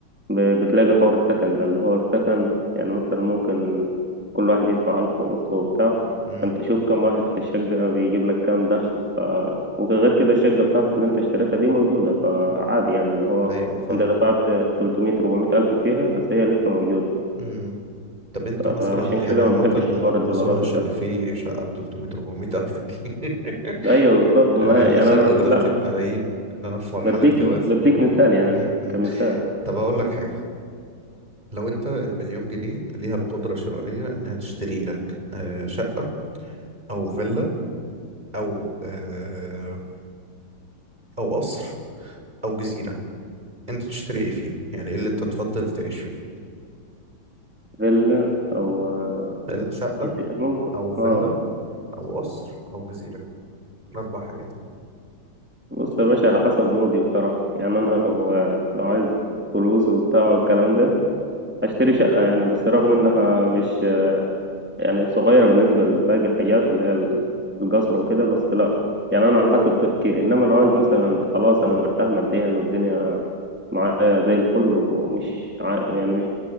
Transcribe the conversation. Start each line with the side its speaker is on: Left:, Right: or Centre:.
Centre: ب- بتلاقي حوار السكن ده اللي هو السكن يعني مثلا ممكن كل واحد يدفع ألف ونص وبتاع
Right: مم،
Centre: فأنت شوف كم واحد في الشقة بيجيب لك كام دخل ف... وغير كده الشقة بتاعتك اللي أنت اشتريتها دي موجودة فعادي يعني اللي هو
Right: أيوة فاهم
Centre: أنت دفعت تلتمية ربعمية ألف فيها بس هي لسه موجودة
Right: امم طب انت
Centre: فعشان
Right: مثلا يعني
Centre: كده ما
Right: عامة
Centre: بحبش
Right: انا
Centre: حوار
Right: ما
Centre: الدولارات
Right: اظنش
Centre: والدهب
Right: ان في شقة ب 300 400 الف دي <laughs>
Centre: أيوه بالظبط ما
Right: اقل
Centre: هي يعني
Right: شقة
Centre: أنا لا
Right: دلوقتي بملايين ان انا في مرحلة
Centre: بديك
Right: جواز
Centre: بديك
Right: وكده
Centre: مثال يعني
Right: امم
Centre: كمثال
Right: طب هقول لك حاجة لو انت المليون جنيه ليها القدرة الشرائية انها تشتري لك آه، شقة او فيلا او آه، او قصر او جزيرة انت تشتري ايه فيه يعني ايه اللي انت تفضل تعيش فيه
Centre: فيلا أو آه،
Right: لا شقة
Centre: كده ممكن
Right: او فيلا
Centre: اه
Right: او قصر او جزيرة اربع حاجات
Centre: بص يا باشا على حسب مودي بصراحة يعني أنا لو لو عايز فلوس وبتاع والكلام ده هشتري شقة يعني بس رغم إنها مش يعني صغيرة بالنسبة لباقي الحاجات اللي هي القصر وكده بس لأ يعني أنا على حسب تفكيري إنما لو عايز مثلا خلاص أنا مرتاح ماديا والدنيا معايا زي الفل ومش عا- يعني مش